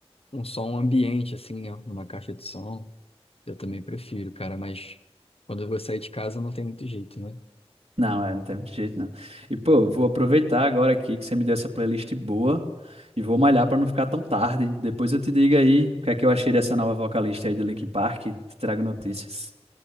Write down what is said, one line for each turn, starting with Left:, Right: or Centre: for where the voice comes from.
Left: um som um ambiente, assim, né? Uma caixa de som. Eu também prefiro, cara, mas quando eu vou sair de casa não tem muito jeito, né?
Right: Não, é, não tem muito jeito, não. E, pô, vou aproveitar agora aqui que você me deu essa playlist boa e vou malhar pra não ficar tão tarde. Depois eu te digo aí o que é que eu achei dessa nova vocalista aí do Linkin Park. Te trago notícias.